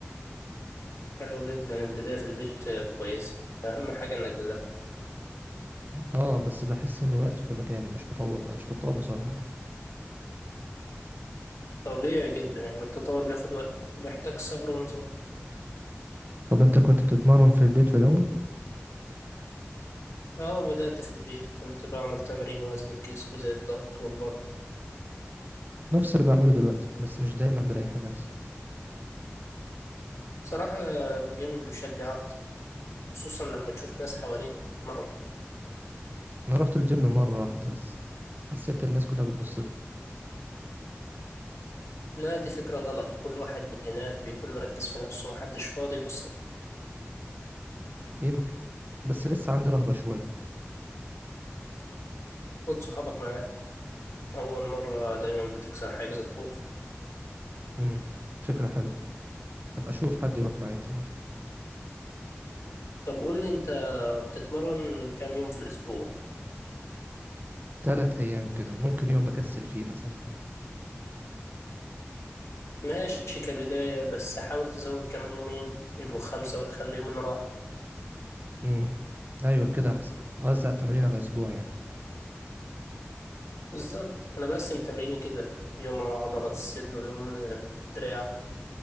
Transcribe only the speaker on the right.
اه بس بحس اني واقف في مكاني مش بطور بقى مش بتطور بسرعة يعني
طب انت كنت بتتمرن في البيت في الاول
نفس اللي بعمله دلوقتي بس مش دايما بلاقي حماس
انا رحت الجيم مرة واحدة بس حسيت الناس كلها بتبصلي
يمكن بس لسه عندي رهبة شوية
امم فكرة حلوة هبقى اشوف حد يروح معايا تمام
تلات ايام كده ممكن يوم بكسل فيه مثلا
امم ايوه كده احسن اوزع التمارين على اسبوع يعني